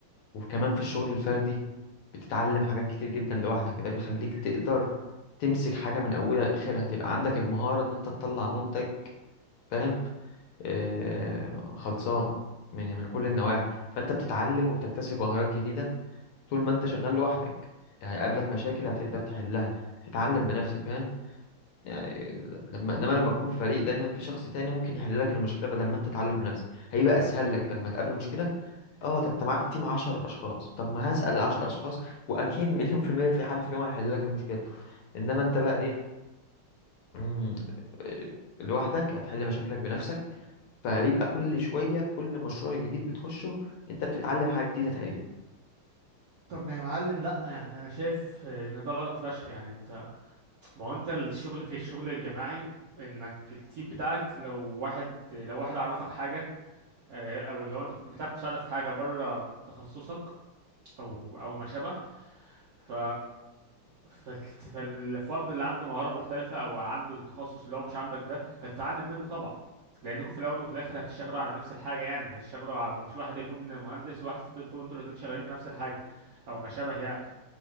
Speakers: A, on the left (about 75°); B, on the right (about 70°).
A: وكمان في الشغل الفردي بتتعلم حاجات كتير جدا لوحدك ده بيخليك تقدر تمسك حاجة من اولها لاخرها تبقى عندك المهارة ان انت تطلع منتج فاهم آه، خلصان من من كل النواحي فانت بتتعلم وبتكتسب مهارات جديدة طول ما انت شغال لوحدك هيقابلك مشاكل هتقدر تحلها تتعلم بنفسك فاهم يعني لما انما لما تكون في فريق دايما في شخص تاني ممكن يحل لك المشكله بدل ما انت تتعلم بنفسك هيبقى اسهل لك لما تقابل مشكله اه طب انت معاك تيم 10 اشخاص طب ما هسال ال 10 اشخاص واكيد <laughs> مليون في الميه في حد فيهم هيحل لك المشكله انما انت بقى ايه مم، آه، لوحدك هتحل مشاكلك بنفسك فهيبقى كل شويه في كل مشروع جديد بتخشه انت بتتعلم حاجه جديده تقريبا
B: طب ما يا معلم لا يعني انا شايف ان ده غلط فشخ يعني انت ما هو انت الشغل في الشغل الجماعي انك التيم بتاعك لو واحد لو واحد عرفك حاجة آه، او لو انت كنت محتاج مساعدة في حاجة بره تخصصك او او ما شابه ف فالت- فالفرد اللي عنده مهارة مختلفة او عنده التخصص اللي هو مش عندك ده هتتعلم منه طبعا لانكم في الاول وفي الاخر هتشتغلوا على نفس الحاجة يعني مش هتشتغلوا على... مش واحد يكون مهندس وواحد في طب وانتوا الاتنين شغالين في نفس الحاجة او ما شابه يعني